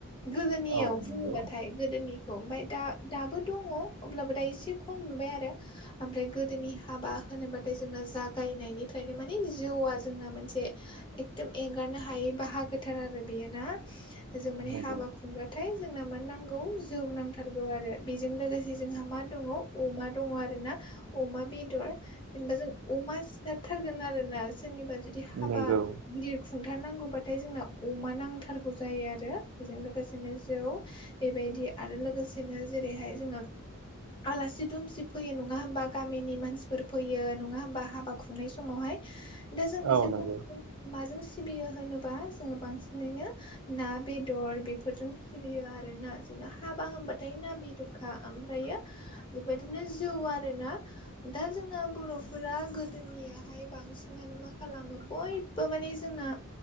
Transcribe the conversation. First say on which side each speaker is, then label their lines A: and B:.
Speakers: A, on the left; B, on the right.
A: गोदोनियाव
B: औ
A: बुङोबाथाय
B: नंगौ
A: गोदोनिखौ ओमफाय दा दाबो दङ अब्लाबो दा एसे खम नुबाय आरो ओमफ्राय गोदोनि हाबा होनोबाथाय जोंना जागायनायनिफ्रायनो माने जौआ जोंना मोनसे एकदम एंगारनो हायै बाहागो थार आरो बेयो ना जों माने
B: नंगौ
A: हाबा बाथाय जोंना मानो नांगौ जौ नांथारगौ आरो बेजों लोगोसे जे जोंहा मा दङ अमा दङ आरोना अमा बेदर जेनेबा जों अमा सिथारथारगोन आरोना सोरनिबा जुदि हाबा
B: नंगौ
A: गिदिर खुंथारनांगौबाथाय जोंना अमा नांथारगौ जायो आरो बेजों लोगोसेनो जौ बेबायदि आरो लोगोसेनो जेरैहाय जोङो आलासि दुमसि फैयो नङा होमबा गामिनि मानसिफोर फैयो नङा होमबा हाबा खुंनाय समावहाय दा जों बिसोरखौ
B: औ नंगौ
A: माजों सिबियो होनोबा जोङो बांसिन नैनो ना बेदर बेफोरजों सिबियो आरोना जोंना हाबा होनबाथाय ना बेदरखा ओमफ्रायो बेबायदिनो जौ आरोना दा जोंना बर'फोरा गोदोनियाहाय बांसिनानो मा खालामो बय बो माने जोंना